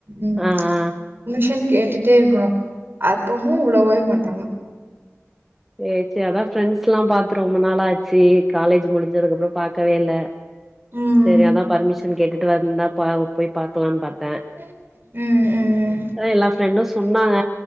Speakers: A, on the right; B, in the centre.
A: ம்
B: ஆ ஆ
A: பர்மிஷன் கேட்டுட்டே இருக்கணு அப்முமே உடவே மாட்டாங்க
B: சேரி சேரி அதா ஃப்ரெண்ட்ஸ்ல்லா பாத்து ரொம்ப நாளாச்சு காலேஜ் முடிஞ்சதுக்குப்பறொ பாக்கவே இல்ல
A: ம்
B: சேரி அதா பர்மிஷன் கேட்டுட்டு வந்தா பா போய் பாக்கலானு பாத்தே
A: ம் ம்
B: அத எல்லா ஃப்ரெண்டு சொன்னாங்க